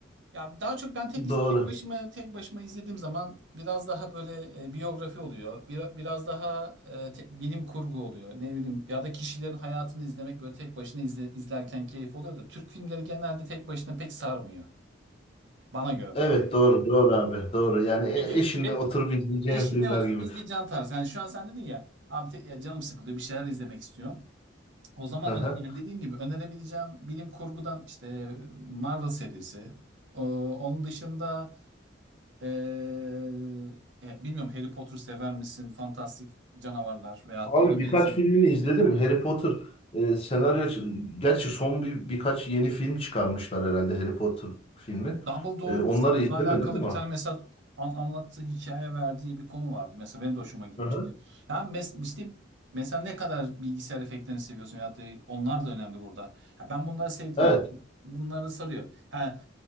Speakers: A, on the right (about 70°); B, on the left (about 30°).
A: Ya daha çok ben tek, iz-
B: Doğru.
A: tek başıma tek başıma izlediğim zaman biraz daha böyle e, biyografi oluyor. Bir- biraz daha e, te- bilim kurgu oluyor. Ne bileyim ya da kişilerin hayatını izlemek böyle tek başına izle- izlerken keyif oluyor da Türk filmleri genelde tek başına pek sarmıyor. Bana göre tabii.
B: Evet doğru doğru abi doğru yani e-
A: Çünkü
B: eşinle
A: hep
B: oturup izleyeceğim
A: eşinle
B: filmler
A: oturup
B: gibi.
A: izleyeceğin tarz. Yani şu an sen dedin ya abi te- ya canım sıkılıyor bir şeyler izlemek istiyorum. O zaman
B: Aha.
A: ö- yani dediğim gibi önerebileceğim bilim kurgudan işte Marvel serisi. O- onun dışında Ee, e, bilmiyorum Harry Potter sever misin? Fantastik canavarlar veyahut
B: Abi
A: da ona
B: birkaç
A: benzer.
B: filmini izledim. Harry Potter e, senaryo gerçi son bir birkaç yeni film çıkarmışlar herhalde Harry Potter filmi.
A: Dumbledore'un
B: E, onları izlemedim
A: alakalı
B: ama.
A: bir tane mesela an- anlattığı hikaye verdiği bir konu vardı. Mesela benim de hoşuma gitmişti.
B: Aha.
A: Yani mes işte mesela ne kadar bilgisayar efektlerini seviyorsun ya da onlar da önemli burada. Ya ben bunları sevdim.
B: Evet
A: Bunları sarıyor. Ha,